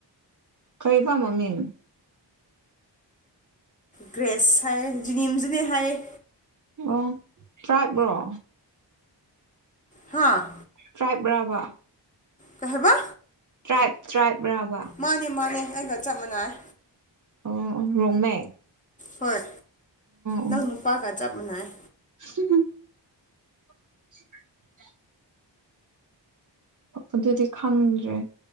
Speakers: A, on the right (about 40°); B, on the left (about 15°).
A: ꯀꯩꯕ ꯃꯃꯤꯡ
B: ꯒ꯭ꯔꯦꯁ ꯍꯥꯏꯌꯦ ꯖꯤꯅꯤꯝꯁꯇꯅꯤ ꯍꯥꯏꯌꯦ
A: ꯑꯣ ꯇ꯭ꯔꯥꯏꯕꯔꯣ
B: ꯍꯥꯥ
A: ꯇ꯭ꯔꯥꯏꯕ ꯔꯥꯕ
B: ꯀꯩ ꯍꯥꯏꯕ
A: ꯇ꯭ꯔꯥꯏꯕ ꯇ꯭ꯔꯥꯏꯕ ꯔꯕ
B: ꯃꯥꯅꯦ ꯃꯥꯅꯦ ꯑꯩꯒ ꯆꯞ ꯃꯥꯟꯅꯩ
A: ꯑꯣ ꯑꯣ ꯔꯣꯡꯃꯦ
B: ꯍꯣꯏ
A: ꯑꯣ
B: ꯅꯪ ꯅꯨꯄꯥꯒ ꯆꯞ ꯃꯥꯟꯅꯩ
A: <unintelligible> <inaudible> ꯑꯗꯨꯗꯤ ꯈꯪꯗ꯭ꯔꯦ